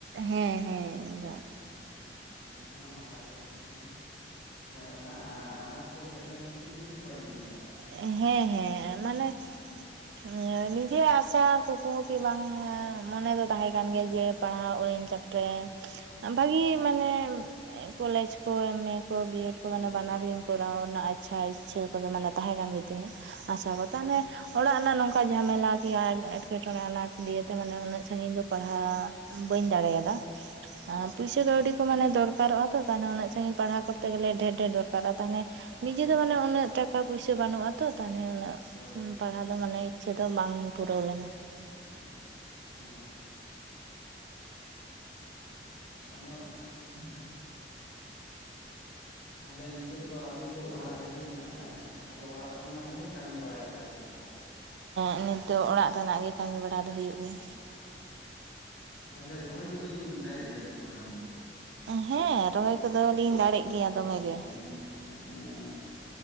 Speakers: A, on the right (about 75°); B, on the left (about 80°).
A: ᱦᱮᱸ ᱦᱮᱸ ᱾
B: ᱚ ᱦᱚᱸ ᱚᱱᱟ ᱦᱚᱸ ᱱᱟᱯᱟᱭ ᱠᱟᱛᱷᱟ ᱠᱟᱱᱟ ᱛᱟᱦᱚᱞᱮ ᱚᱱᱠᱟ ᱟ-ᱟᱱᱟᱴ ᱠᱚ ᱦᱮᱡ ᱞᱮᱱ ᱠᱷᱟᱹᱛᱤᱨ ᱜᱮ ᱵᱤᱱ ᱵᱟᱹᱜᱤ ᱠᱮᱫᱟ ᱾
A: ᱦᱮᱸ-ᱦᱮᱸ ᱢᱟᱱᱮ ᱮ
B: ᱦᱮᱸ
A: ᱢᱤ ᱠᱤᱭᱟᱹ ᱟᱥᱟ ᱠᱩᱠᱢᱩ ᱠᱤ ᱵᱟᱝ ᱮ ᱢᱚᱱᱮ ᱫᱚ ᱛᱟᱦᱮᱸ ᱠᱟᱱ ᱜᱮᱭᱟ ᱡᱮ ᱯᱟᱲᱦᱟᱣ ᱟᱹᱧ ᱛᱟ ᱯᱚᱨᱮ
B: ᱦᱳᱭ
A: ᱵᱷᱟᱜᱤ ᱢᱟᱱᱮ ᱠᱚᱞᱮᱡᱽ ᱠᱚ ᱮᱢᱮ ᱠᱚ ᱵᱤᱭᱮᱰ ᱠᱚ
B: ᱦᱳᱭ
A: ᱢᱟᱱᱮ ᱵᱟᱱᱟᱨ
B: ᱦᱳᱭ
A: ᱞᱤ ᱠᱚᱨᱟᱣ ᱨᱮᱱᱟᱜ ᱟᱪᱪᱷᱟ ᱤᱪᱪᱷᱟᱹ ᱠᱚᱫᱚ ᱢᱟᱱᱮ ᱛᱟᱦᱮᱸ ᱠᱟᱱ ᱜᱮ ᱛᱤᱧᱟ ᱟᱪᱪᱷᱟ ᱠᱚ
B: ᱦᱳᱭ
A: ᱛᱟᱦᱚᱞᱮ ᱚᱲᱟᱜ ᱮᱱᱟᱜ ᱱᱚᱝᱠᱟ ᱡᱷᱟᱢᱮᱞᱟ ᱜᱮᱭᱟ ᱮᱸᱴᱠᱮ-ᱴᱚᱬᱮ ᱟᱱᱟᱴ ᱫᱤᱭᱮ ᱛᱮ ᱢᱟᱱᱮ ᱩᱱᱟᱹᱜ ᱥᱟᱺᱜᱤᱧ ᱫᱚ ᱯᱟᱲᱦᱟᱜ ᱵᱟᱹᱧ ᱫᱟᱲᱮᱭᱟᱫᱟ ᱾
B: ᱦᱳᱭ
A: ᱟᱨ ᱯᱩᱭᱥᱟᱹ ᱠᱟᱹᱣᱰᱤ ᱠᱚ ᱢᱟᱱᱮ ᱫᱚᱠᱟᱨᱚᱜᱼᱟ ᱛᱚ ᱛᱟᱦᱱᱮ ᱩᱱᱟᱹᱜ ᱥᱟᱺᱜᱤᱧ ᱯᱟᱲᱟᱣ ᱠᱚᱨᱛᱮ ᱜᱮᱞᱮ ᱰᱷᱮᱨ ᱰᱷᱮᱨ ᱫᱚᱨ ᱠᱟᱫᱟ ᱛᱟᱦᱮᱞᱮ
B: ᱦᱳᱭ
A: ᱱᱤᱡᱮ ᱫᱚ ᱢᱟᱱᱮ ᱩᱱᱟᱹᱜ ᱴᱟᱠᱟ ᱯᱩᱭᱥᱟᱹ ᱵᱟᱹᱱᱩᱜᱼᱟ ᱛᱚ ᱛᱟᱦᱟᱞᱮ ᱩᱱᱟᱹᱜ
B: ᱦᱳᱭ
A: ᱩᱢ ᱯᱟᱲᱦᱟ ᱵᱟᱝᱼᱟ ᱢᱟᱱᱮ ᱤᱪᱪᱷᱟᱹ ᱫᱚ ᱵᱟᱝ ᱯᱩᱨᱟᱹᱣ ᱞᱮᱱᱟ ᱾
B: <inaudible> ᱦᱮᱸ᱾ ᱟᱫᱚ <unintelligible> ᱛᱟᱦᱚᱞᱮ ᱱᱤᱛᱚᱜ ᱫᱚ ᱟᱵᱤᱱ ᱫᱚ ᱚᱲᱟᱜ ᱨᱮᱜᱮ ᱢᱮᱱᱟᱜ ᱟᱠᱟᱫ ᱵᱤᱱᱟ ᱛᱟᱦᱮᱞᱮ ᱚᱲᱟᱜ ᱠᱚ ᱨᱮᱱᱟᱜ ᱜᱮ ᱵᱮᱱ ᱠᱟᱹᱢᱤ ᱵᱟᱲᱟᱭ᱾ <unintelligible>
A: ᱦᱮᱸ ᱱᱤᱛᱚᱜ ᱚᱲᱟᱜ ᱨᱮᱱᱟᱜ ᱜᱮ ᱠᱟᱹᱢᱤ ᱵᱟᱲᱟ ᱫᱚ ᱦᱩᱭᱩᱜ ᱜᱮᱭᱟ
B: ᱚ <inaudible> ᱛᱟᱦᱚᱞᱮ ᱨᱚᱦᱚᱭ ᱠᱚᱫᱚ ᱵᱤᱱ ᱫᱟᱲᱮᱜ ᱜᱮᱭᱟ ᱥᱮ ᱵᱟᱝ ᱟᱹᱵᱤᱱ
A: ᱦᱮᱸᱻ ᱨᱚᱦᱚᱭ ᱠᱚᱫ ᱞᱤᱧ ᱫᱟᱲᱮᱜ ᱜᱮᱭᱟ ᱫᱚᱢᱮ ᱜᱮ
B: ᱩᱢ ᱚᱸ ᱟᱪ